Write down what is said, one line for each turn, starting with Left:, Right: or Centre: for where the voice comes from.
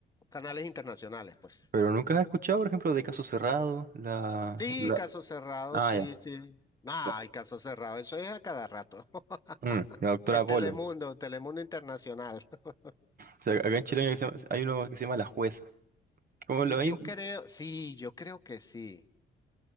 Left: canales internacionales, pues.
Right: pero nunca has escuchado, por ejemplo, de Caso Cerrado, la,
Left: Sí,
Right: la,
Left: caso cerrado,
Right: ah,
Left: sí,
Right: ya,
Left: sí. No, hay
Right: no,
Left: caso cerrado, eso es a cada rato. <laughs>
Right: mm, la doctora
Left: En
Right: Polo.
Left: Telemundo, Telemundo Internacional. <laughs>
Right: O sea, acá en Chile hay uno que se llama- hay uno que se llama La Jueza. Como lo
Left: Y yo
Right: he,
Left: creo, sí, yo creo que sí.